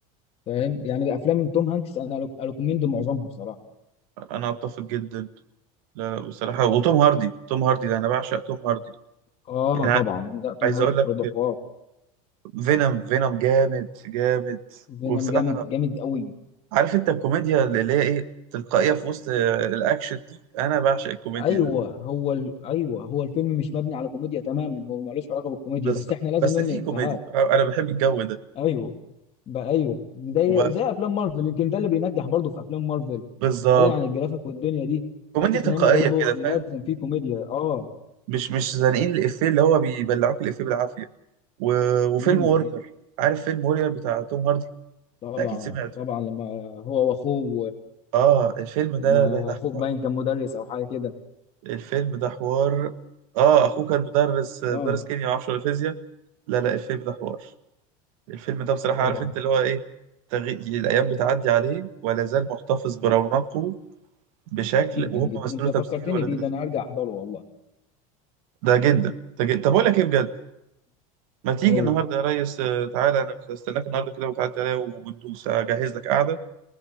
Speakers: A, on the left (about 35°); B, on the right (about 75°).
A: فاهم يعني أفلام توم هانكس أنا أريكومند معظمها بصراحة
B: انا اتفق جدا لا بصراحه وتوم هاردي توم هاردي ده انا بعشق توم هاردي
A: آه
B: يعني
A: طبعا لا توم
B: عايز
A: هانكس
B: اقول لك
A: برضه حوار
B: فينوم فينوم جامد جامد
A: فينوم
B: وبصراحه
A: جامد جامد أوي
B: عارف انت الكوميديا اللي هي ايه تلقائيه في وسط آه، الاكشن دي انا بعشق الكوميديا
A: ايوه
B: دي
A: هو ال... ايوه هو الفيلم مش مبني على كوميديا تماما هو ملوش علاقه بالكوميديا
B: بالظبط
A: بس احنا لازم
B: بس
A: نرمي
B: في كوميديا
A: افيهات
B: آه، انا بحب الجو ده
A: ايوه بقى ايوه زي
B: وف-
A: زي افلام مارفل يمكن ده اللي بينجح برضه في افلام مارفل
B: بالظبط
A: بعيدا عن الجرافيك والدنيا دي
B: كوميديا
A: حته
B: تلقائيه
A: ان هم برضه
B: كده
A: لازم
B: فاهم
A: في كوميديا اه
B: مش مش زانقين الإفيه اللي هو بيبلعوك الإفيه بالعافية و... وفيلم
A: امم
B: وورير عارف فيلم وورير بتاع توم هاردي
A: طبعا
B: ده أكيد سمعته
A: طبعا لما هو واخوه
B: آه الفيلم ده
A: لما
B: ده ده
A: اخوك
B: حوار
A: باين كان مدرس او حاجه كده
B: الفيلم ده حوار آه أخوه كان مدرس مدرس
A: اه
B: كيمياء معرفش ولا فيزياء لا لا الفيلم ده حوار الفيلم ده بصراحة
A: طبعا
B: عارف أنت اللي هو إيه تغي... الأيام بتعدي عليه ولا زال محتفظ برونقه بشكل
A: جدا
B: وهم
A: جدا
B: مثلوا
A: انت
B: تمثيل
A: فكرتني
B: ولاد
A: بيه
B: رزق
A: ده انا هرجع احضره والله
B: ده جدا ده جدا طب أقول لك إيه بجد ما تيجي
A: امم
B: النهارده يا ريس آه، تعالى انا استناك النهارده كده وتعدي عليا وندوس اجهز لك قعده